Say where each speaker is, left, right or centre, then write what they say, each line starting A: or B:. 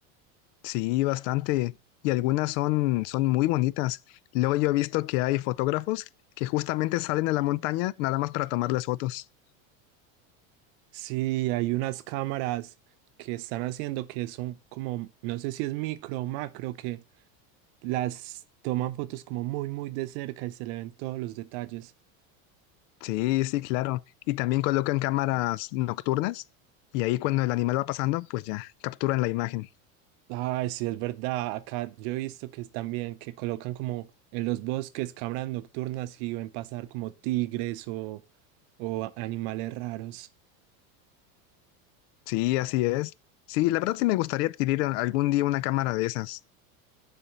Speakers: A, on the left (about 65°); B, on the right (about 60°).
A: Sí, bastante. Y algunas son, son muy bonitas. Luego yo he visto que hay fotógrafos que justamente salen a la montaña nada más para tomarles fotos.
B: Sí, hay unas cámaras que están haciendo que son como, no sé si es micro o macro, que las toman fotos como muy, muy de cerca y se le ven todos los detalles.
A: Sí, sí, claro. Y también colocan cámaras nocturnas y ahí cuando el animal va pasando, pues ya capturan la imagen.
B: Ay, sí, es verdad. Acá yo he visto que es también que colocan como en los bosques cámaras nocturnas y ven pasar como tigres o, o a- animales raros.
A: Sí, así es. Sí, la verdad sí me gustaría adquirir algún día una cámara de esas.